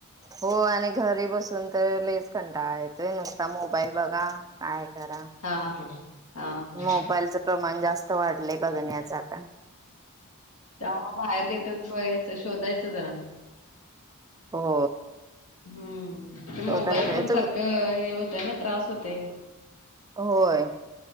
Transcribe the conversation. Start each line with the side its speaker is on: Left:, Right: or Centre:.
Right: हो आणि घरी बसून तर लईच कंटाळा येतोय नुसता मोबाईल बघा काय करा
Left: हां, हां. हां, हां.
Right: मोबाईलच प्रमाण जास्त वाढलंय बघण्याच आता.
Left: तेव्हा बाहेर कायत बघायचं शोधायचं जरा.
Right: हो.
Left: हम्म. तर मोबाईल
Right: शोधायला पाहिजे
Left: पण
Right: तुम्ही
Left: सारखं हे होतय ना त्रास होतय.
Right: होय